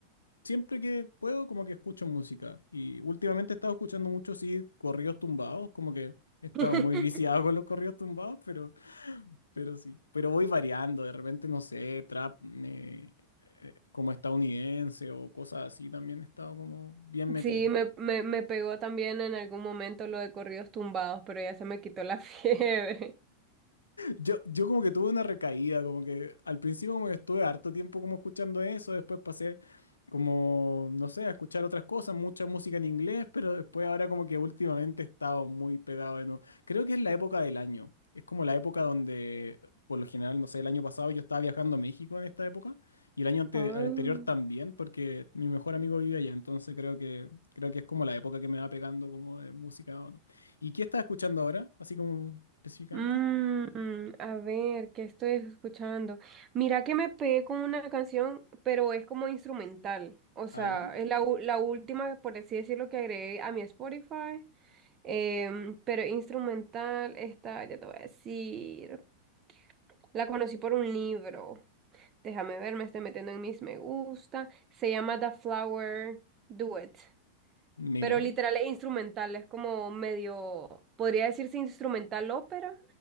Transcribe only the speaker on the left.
siempre que puedo, como que escucho música. Y últimamente he estado escuchando mucho, sí, corridos tumbados, como que he estado
muy viciado con los corridos tumbados, pero, pero sí. Pero voy variando, de repente, no sé, trap eh, eh, como estadounidense o cosas así, también he estado como bien metido.
Yo, yo como que tuve una recaída, como que al principio como que estuve harto tiempo como escuchando eso, después pasé como, no sé, a escuchar otras cosas, mucha música en inglés, pero después ahora como que últimamente he estado muy pegado de nuevo. Creo que es la época del año, es como la época donde, por lo general, no sé, el año pasado yo estaba viajando a México en esta época y el año ante-
el anterior también, porque mi mejor amigo vive allá, entonces creo que, creo que es como la época que me va pegando como de música o no. ¿Y qué estás escuchando ahora, así como específicamente?
A ver.
Mira.